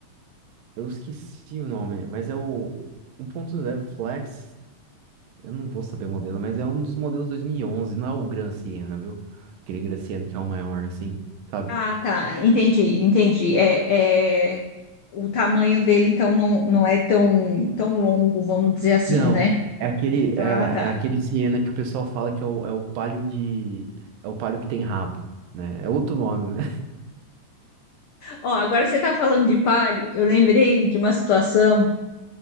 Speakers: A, on the right; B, on the left.
A: eu esqueci o nome, mas é o 1.0 Flex, Eu não vou saber o modelo, mas é um dos modelos 2011, não é o Gran Siena, viu? Aquele Gran Siena que é o maior, assim, sabe?
B: Ah, tá, entendi, entendi. É, é, o tamanho dele, então, não, não é tão, tão longo, vamos dizer assim,
A: Não,
B: né?
A: é aquele,
B: Ah,
A: é,
B: tá.
A: é aquele Siena que o pessoal fala que é o, é o Palio de... É o Palio que tem rabo, né? É outro nome. <laughs>
B: Ó, agora você tá falando de palio, eu lembrei de uma situação.